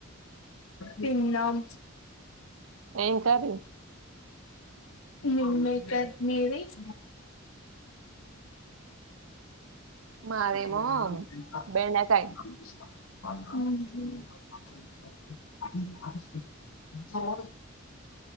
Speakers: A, on the left (about 80°); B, on the right (about 80°).
A: తిన్నాం
B: ఏం కర్రీ
A: నుండే కద్ మీది <inaudible> <inaudible>
B: మాదేమో బెండకాయ్
A: ఉహ్